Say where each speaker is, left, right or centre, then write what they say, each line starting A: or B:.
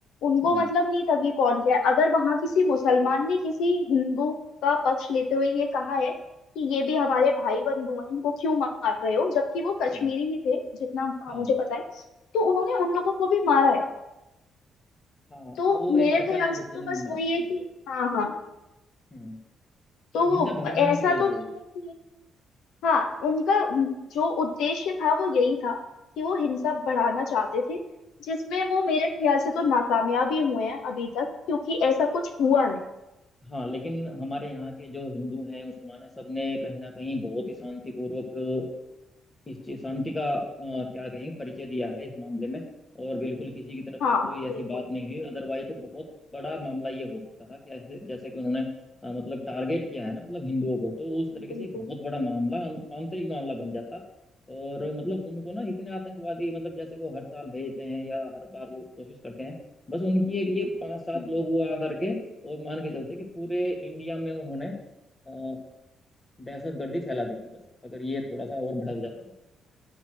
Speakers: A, on the left (about 85°); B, on the left (about 20°).
A: उनको
B: हम्म
A: मतलब नहीं था कि कौन क्या है अगर वहां किसी मुसलमान ने किसी हिंदू का पक्ष लेते हुए ये कहा है कि ये भी हमारे भाई बंधु हैं इनको क्यों मार रहे हो जबकि वो कश्मीरी
B: हम्म,
A: ही थे जितना अ,
B: हाँ
A: मुझे पता है तो उन्होंने उन लोगों को भी मारा है
B: हाँ
A: तो
B: वो
A: मेरे
B: एक बचाने
A: ख्याल से
B: बचाने
A: तो
B: में
A: बस
B: मरा
A: वही
B: है
A: है
B: बिल्कुल
A: कि
B: बिल्कुल।
A: हाँ हाँ
B: हम्म तो
A: तो वो
B: हिंसा भड़काने
A: ऐसा
B: की वजह
A: तो
B: से
A: नहीं है कि हाँ उनका जो उद्देश्य था वो यही था कि वो हिंसा बढ़ाना चाहते थे जिसमें वो मेरे ख्याल से तो नाकामयाब ही हुए हैं अभी तक क्योंकि ऐसा कुछ हुआ नहीं
B: हाँ लेकिन हमारे यहाँ के जो हिंदू हैं मुसलमान हैं सबने कहीं ना कहीं बहुत ही शांतिपूर्वक इस चीज शांति का अ, क्या कहेंगे परिचय दिया है इस मामले में और बिल्कुल किसी की तरफ
A: हाँ
B: से कोई ऐसी
A: बिल्कुल
B: बात नहीं हुई अदरवाइज तो बहुत बड़ा मामला ये हो सकता था कि ऐसे जैसे कि उन्होंने अ, मतलब टारगेट किया है ना मतलब हिंदुओं को तो उस तरीके
A: बिल्कुल
B: से बहुत
A: बिल्कुल
B: बड़ा मामला आं- आंतरिक मामला बन जाता और मतलब उनको ना इतने आतंकवादी मतलब जैसे वो हर साल भेजते हैं या हर बार वो कोशिश करते हैं बस उनकी एक ये पांच सात
A: हम्म।
B: लोग हुआ आ करके और मान के चलते कि पूरे इंडिया में उन्होंने अ, दहशत गर्दी फैला दी थी बस अगर ये थोड़ा सा और भड़क जाता तो